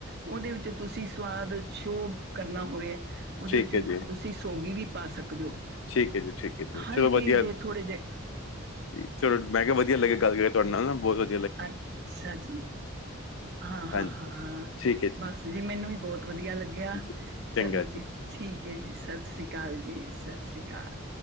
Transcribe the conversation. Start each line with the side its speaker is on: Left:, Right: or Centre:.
Right: ਉਹਦੇ ਵਿੱਚ ਤੁਸੀਂ ਬਾਦ ਚ ਸ਼ੋਅ ਕਰਨਾ ਹੋਵੇ ਉਹਦੇ
Left: ਠੀਕ
Right: ਵਿੱਚ
Left: ਹੈ ਜੀ,
Right: ਤੁਸੀਂ ਸੌਗੀ ਵੀ ਪਾ ਸਕਦੇ ਦੋ
Left: ਠੀਕ ਹੈ ਜੀ, ਠੀਕ ਹੈ ਜੀ,
Right: ਹਲਕੇ
Left: ਚਲੋ ਵਧੀਆ
Right: ਜਿਹੇ ਥੋੜੇ ਜਿਹੇ
Left: ਜੀ। ਚਲੋ ਮੈਂ ਕਿਹਾ ਵਧੀਆ ਲੱਗਿਆ ਗੱਲ ਕਰਕੇ ਤੁਹਾਡੇ ਨਾਲ ਨਾ ਬਹੁਤ ਵਧ
Right: ਅੱਛਾ ਜੀ ਹਾਂ
Left: ਹਾਂਜੀ,
Right: ਹਾਂ ਹਾਂ
Left: ਠੀਕ ਹੈ
Right: ਬਸ ਜੀ ਮੈਨੂੰ ਵੀ ਬਹੁਤ ਵਧੀਆ ਲੱਗਿਆ,
Left: ਜੀ ਚੰਗਾ
Right: ਚਲੋ ਜੀ ਠੀਕ ਏ ਜੀ ਸਤਿ ਸ੍ਰੀ ਅਕਾਲ ਜੀ ਸਤਿ ਸ਼੍ਰੀ ਅਕਾਲ